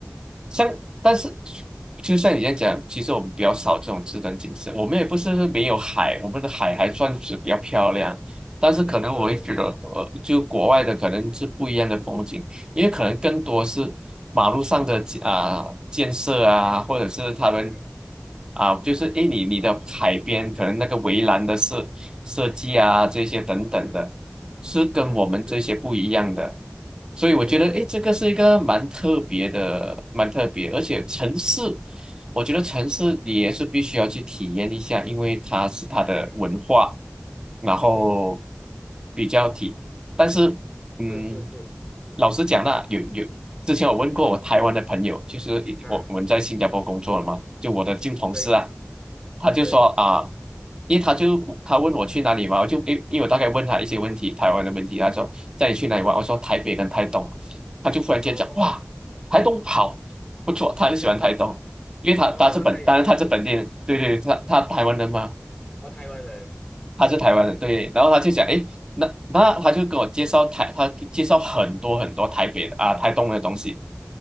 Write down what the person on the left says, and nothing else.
对，
嗯
嗯
嗯
嗯，是，
对对对，
嗯，
是
是是是
啊。
对
对，
嗯，
哦，
<laughs>
对，
哦，他也去过，
哦，台湾人
啊，